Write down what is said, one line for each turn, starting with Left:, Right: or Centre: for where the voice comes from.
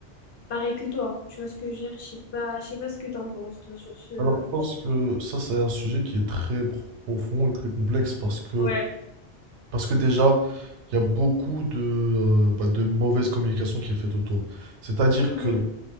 Left: Pareil que toi, tu vois ce que je veux dire? Je sais pas, je sais pas ce que t'en penses, toi, sur ce...
Right: alors, je pense que ça, c'est un sujet qui est très profond et très complexe parce que,
Left: Ouais.
Right: parce que déjà, il y a beaucoup de, euh, bah, de mauvaise communication qui est faite autour. C'est-à-dire
Left: Mhm.
Right: que